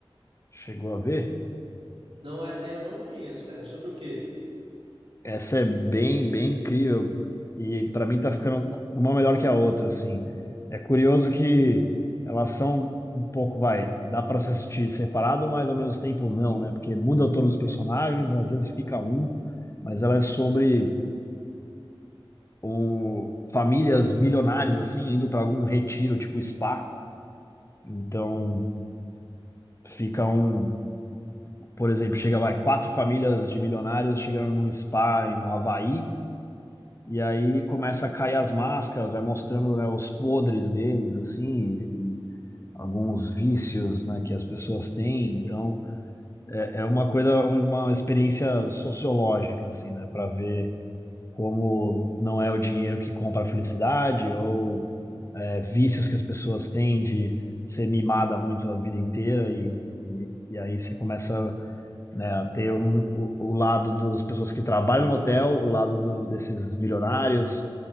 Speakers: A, on the left (about 30°); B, on the right (about 75°).
A: Chegou a ver?
B: Não, essa aí eu não conheço, cara. É sobre o quê?
A: Essa é bem, bem incrível e para mim tá ficando uma melhor que a outra, assim. É curioso que elas são um pouco, vai, dá para se assistir separado, mas ao mesmo tempo não, né? Porque muda todos os personagens, às vezes fica um, mas ela é sobre o, famílias milionárias assim indo para algum retiro, tipo spa. Então fica um, por exemplo, chega vai quatro famílias de milionários chegando num spa no Havaí. E aí começa a cair as máscaras, vai mostrando, né, os podres deles, assim, e alguns vícios, né, que as pessoas têm. Então, é, é uma coisa, uma experiência sociológica, assim, né, para ver como não é o dinheiro que compra a felicidade ou é, vícios que as pessoas têm de ser mimada muito a vida inteira e, e, e aí você começa né? ter o, o, o lado das pessoas que trabalham no hotel, o lado do- desses milionários,